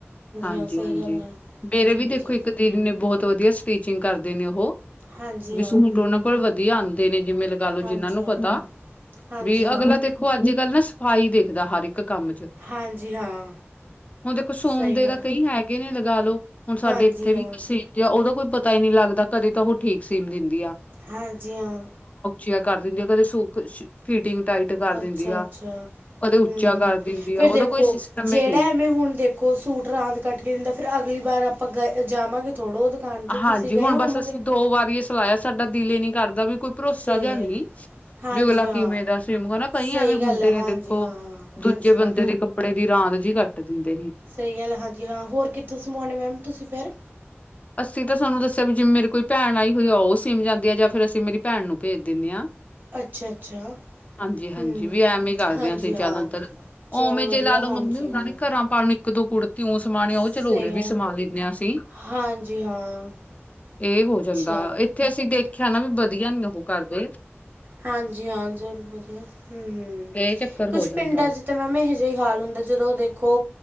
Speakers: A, on the left; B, on the right.
A: ਹਾਂਜੀ-
B: ਹਾਂ ਸਹੀ
A: ਹਾਂਜੀ,
B: ਗੱਲ ਹੈ
A: ਮੇਰੇ
B: ਹਾਂਜੀ
A: ਵੀ ਦੇਖੋ ਇੱਕ ਦੀਦੀ ਨੇ, ਬਹੁਤ ਵਧੀਆ ਸਟੀਚਿੰਗ ਕਰਦੇ ਨੇ ਉਹ।
B: ਹਾਂਜੀ
A: ਵਿ
B: ਹਾਂ
A: ਸੂਟ ਉਹਨਾਂ, ਕੋਲ ਵਧੀਆ ਆਉਂਦੇ ਨੇ ਜਿਵੇਂ ਲਗਾ ਲੋ, ਜਿਹਨਾਂ
B: ਹਾਂਜੀ
A: ਨੂੰ
B: ਹਾਂ
A: ਪਤਾ,
B: ਹਾਂਜੀ
A: ਵੀ
B: ਹਾਂ
A: ਅਗਲਾ ਦੇਖੋ ਅੱਜ ਕੱਲ ਨਾ ਸਫ਼ਾਈ ਦੇਖਦਾ, ਹਰ ਇੱਕ। ਇੱਕ ਕੰਮ ਚ।
B: ਹਾਂਜੀ ਹਾਂ
A: ਹੁਣ ਦੇਖੋ, ਸੋਮ
B: ਸਹੀ
A: ਦੇ
B: ਗੱਲ
A: ਤਾਂ,
B: ਹੈ
A: ਕਈ ਹੈਗੇ ਨੇ, ਲਗਾ ਲੋ ਹੁਣ ਸਾਡੇ
B: ਹਾਂਜੀ
A: ਇੱਥੇ
B: ਹਾਂ
A: ਵੀ ਸੀ ਆ ਉਹਦਾ ਕੋਈ ਪਤਾ ਹੀ ਨਹੀ ਲੱਗਦਾ ਕਦੇ ਤਾਂ ਉਹ ਠੀਕ ਸੀਮ ਦਿੰਦੀ ਆ
B: ਹਾਂਜੀ ਹਾਂ।
A: ਦੀਆਂ ਕਰ ਦਿੰਦੀ ਮੇਰੇ ਸੂਟ ਦੀ ਫਿਟਿੰਗ। ਟਾਈਟ ਕਰ ਦਿੰਦੀ
B: ਅੱਛਾ-ਅੱਛਾ,
A: ਆ ਕਦੇ ਉੱਚਾ
B: ਹੂੰ
A: ਕਰ ਦਿੰਦੀ ਆ
B: ਫੇਰ
A: ਉਹਦਾ
B: ਦੇਖੋ,
A: ਕੋਈ ਸਿਸਟਮ
B: ਜਿਹੜਾ
A: ਹੀ ਨੀ
B: ਐਵੇਂ ਹੁਣ ਦੇਖੋ ਸੂਟ ਰਾਂਦ ਕੱਟ ਕੇ ਦਿੰਦਾ ਫਿਰ ਅਗਲੀ ਵਾਰ ਆਪਾਂ ਗਏ ਜਾਵਾਂਗੇ ਥੋੜ੍ਹਾ ਉਹ ਦੁਕਾਨ 'ਤੇ
A: ਹਾਂਜੀ
B: ਤੁਸੀਂ ਗਏ
A: ਹੁਣ
B: ਹੋਵੋਗੇ
A: ਬਸ ਅਸੀਂ ਦੋ ਵਾਰੀ ਇਹ ਸਲਾਇਆ, ਸਾਡਾ ਦਿਲ ਇਹ ਨਹੀ ਕਰਦਾ ਵੀ ਕੋਈ ਭਰੋਸਾ
B: ਫਿਰ
A: ਜਾ ਨਹੀਂ।
B: ਹਾਂਜੀ
A: ਵੀ ਅਗਲਾ ਕਿਵੇਂ
B: ਹਾਂ
A: ਦਾ ਸਿ ਨਾ ਕਈ
B: ਸਹੀ
A: ਐਵੇਂ, ਹੁੰਦੇ
B: ਗੱਲ ਹੈ ਹਾਂਜੀ
A: ਨੇ ਦੇਖੋ
B: ਹਾਂ
A: ਦੂਜੇ
B: ਹਾਂਜੀ
A: ਬੰਦੇ
B: ਹਾਂ
A: ਦੇ ਕੱਪੜੇ ਦੀ ਰਾਂਦ ਜੀ ਕੱਟ ਦਿੰਦੇ ਨੇ
B: ਸਹੀ ਗੱਲ ਹਾਂਜੀ ਹਾਂ, ਹੋਰ ਕਿੱਥੋਂ ਸਮਾਉਣੇ ਮੈਮ ਤੁਸੀਂ ਫਿਰ?
A: ਅਸੀਂ ਤਾਂ ਸਹਾਨੂੰ ਦੱਸਿਆ, ਵੀ ਜਿਵੇਂ ਮੇਰੀ ਕੋਈ ਭੈਣ ਆਈ ਹੋਈ ਆਓ ਸੀਮ ਜਾਂਦੀ ਆ, ਜਾਂ ਫਿਰ ਅਸੀਂ ਮੇਰੀ ਭੈਣ ਨੂੰ ਭੇਜ ਦਿੰਦੇ ਹਾਂ।
B: ਅੱਛਾ ਅੱਛਾ
A: ਹਾਂਜੀ-ਹਾਂਜੀ,
B: ਹੂੰ
A: ਵੀ ਐਵੇਂ ਹੀ ਕਰਦੇ
B: ਹਾਂਜੀ
A: ਆਂ ਸੀ
B: ਹਾਂ
A: ਜ਼ਿਆਦਾਤਰ
B: ਚਲੋ
A: ਉਵੇਂ
B: ਵਧੀਆ
A: ਜੇ ਲਾ ਲਓ,
B: ਹਾਂਜੀ
A: ਮੰਮੀ ਉਹਨਾ
B: ਹਾਂ
A: ਨੇ ਘਰਾਂ ਪਾਣੇ ਨ ਇੱਕ ਦੋਂ ਕੁੜਤੀ ਓ ਸਮਾਣੀ ਉਹ
B: ਸਹੀ
A: ਚਲੋ ਉਰੇ
B: ਗੱਲ
A: ਵੀ ਸਮਾ
B: ਹੈ,
A: ਲੈਂਦੇ ਹਾਂ, ਅਸੀਂ।
B: ਹਾਂਜੀ ਹਾਂ
A: ਇਹ ਹੋ
B: ਅੱਛਾ
A: ਜਾਂਦਾ, ਇੱਥੇ ਅਸੀਂ ਦੇਖ ਆਣਾ ਵੀ ਵਧੀਆ, ਨੀ ਉਹ ਕਰਦੇ।
B: ਹਾਂਜੀ ਹਾਂ, ਚਰ ਵਧੀਆ ਹੂੰ-ਹੂੰ
A: ਇਹ ਚੱਕਰ
B: ਕੁਛ
A: ਹੋ ਜਾਂਦਾ
B: ਪਿੰਡਾਂ ਚ ਤੇ ਮੈਂਮ ਐਹੇ। ਜਹੀ ਹਾਲ ਹੁੰਦਾ, ਜਦੋਂ ਦੇਖੋ